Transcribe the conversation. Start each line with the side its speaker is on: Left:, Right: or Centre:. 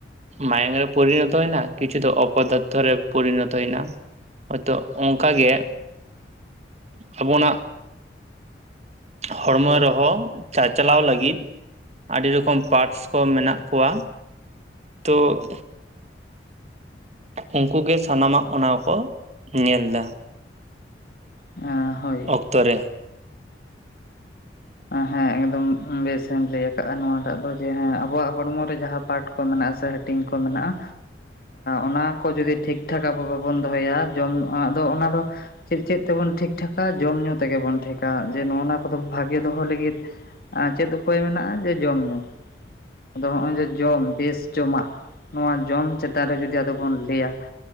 Right: ᱢᱟᱭᱟᱝ ᱨᱮ ᱯᱚᱨᱤᱱᱚᱛ ᱦᱩᱭᱱᱟ ᱠᱪᱩ ᱫᱚ ᱚᱯᱚᱫᱟᱨᱷ <unintelligible> ᱨᱮ ᱯᱚᱨᱤᱱᱚᱛ ᱦᱩᱭᱱ. ᱟ᱾ <unintelligible> ᱦᱚᱳᱭᱛᱚ ᱚᱱᱠᱟᱜ ᱜᱮ ᱟᱵᱚᱱᱟᱜ ᱦᱚᱲᱢᱚ ᱨᱮᱦᱚᱸ ᱪᱟᱪᱟᱞᱟᱣ ᱞᱟᱹᱜᱤᱫ ᱟᱹᱰᱤ ᱨᱚᱠᱚᱢ ᱯᱟᱴᱥ ᱠᱚ ᱢᱮᱱᱟᱜ ᱠᱚᱣᱟ ᱛᱚ ᱩᱱᱠᱩᱜ ᱜᱮ ᱥᱟᱱᱟᱢᱟᱜ ᱚᱱᱟᱠᱚ ᱧᱮᱞ ᱮᱫᱟ
Left: ᱮᱸ ᱦᱳᱭ
Right: <unintelligible> ᱨᱮ
Left: ᱦᱮᱸ ᱮᱠᱫᱚᱢ ᱵᱮᱥᱮᱢ ᱞᱟᱹᱭ ᱟᱠᱟᱟᱜᱼᱟ ᱱᱚᱣᱟᱴᱟᱜ ᱫᱚ ᱡᱮ ᱦᱮᱸ ᱟᱵᱚᱣᱟᱜ ᱦᱚᱲᱢᱚᱨ ᱨᱮ ᱡᱟᱦᱟᱸ ᱯᱟᱴ ᱠᱚ ᱢᱮᱱᱟᱜᱼᱟ ᱥᱮ ᱦᱟᱹᱴᱤᱧ ᱠᱚ ᱢᱮᱱᱟᱜᱼᱟ ᱚᱱᱟ ᱠᱚ ᱡᱩᱫᱤ ᱴᱷᱤᱠᱼᱴᱷᱟᱠ ᱟᱵᱚ ᱵᱟᱵᱚᱱ ᱫᱚᱦᱚᱭᱟ ᱡᱚᱢ ᱫᱚ ᱚᱱᱟ ᱫᱚ ᱪᱮᱫ ᱪᱮᱫ ᱛᱮᱵᱚᱱ ᱴᱷᱤᱠ ᱴᱷᱟᱠᱟ ᱡᱚᱢ ᱧᱩ ᱛᱮᱜᱮ ᱵᱚᱱ ᱴᱷᱤᱠᱟ ᱡᱮ ᱱᱚᱜ ᱱᱚᱣᱟ ᱠᱚᱫᱚ ᱵᱷᱟᱜᱮ ᱜᱮ ᱫᱚᱦᱚ ᱞᱟᱹᱜᱤᱫ ᱪᱮᱫ ᱩᱯᱟᱹᱭ ᱢᱮᱱᱟᱜᱼᱟ ᱡᱮ ᱡᱚᱢ ᱧᱩ ᱟᱫᱚ ᱦᱚᱜᱼᱚᱭ ᱡᱮ ᱡᱚᱢ ᱵᱮᱥ ᱡᱚᱢᱟᱜ ᱱᱚᱣᱟ ᱡᱚᱢ ᱪᱮᱛᱟᱱ ᱨᱮ ᱡᱩᱫᱤ ᱟᱫᱚ ᱵᱚᱱ ᱞᱟᱹᱭᱟ